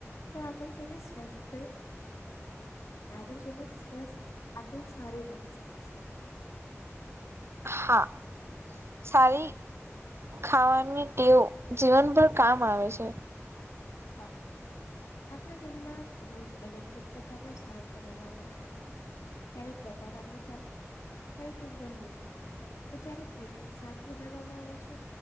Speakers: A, on the left; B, on the right.
A: તો આગળ જઈને સ્વસ્થ આગળ જઈને સ્વસ્થ આપણું સારું રહી શકે છે.
B: હા. સારી ખાવાની તેઓ જીવનભ કામ આવે છે.
A: હા. આપણા ઘરમાં રોજ અલગ અલગ પ્રકારના શાદ બનાવવામાં આવે છે. ક્યારેક બટાટ નું શાક ક્યારેક ફિંગન નું શાક તો ક્યારેક મિક્સક બનાવવામાં આવે છે.